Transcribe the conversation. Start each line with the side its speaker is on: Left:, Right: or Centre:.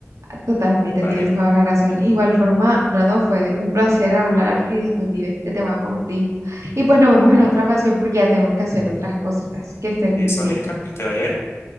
Right: Totalmente,
Left: Vale,
Right: tienes toda la razón. Igual forma, Brando, fue un placer hablar y discutir este tema contigo. Y pues nos vemos
Left: bueno,
Right: en otra ocasión porque ya tengo que hacer otras cositas. Que estés
Left: listo,
Right: muy bien.
Left: Angélica, que te vaya bien.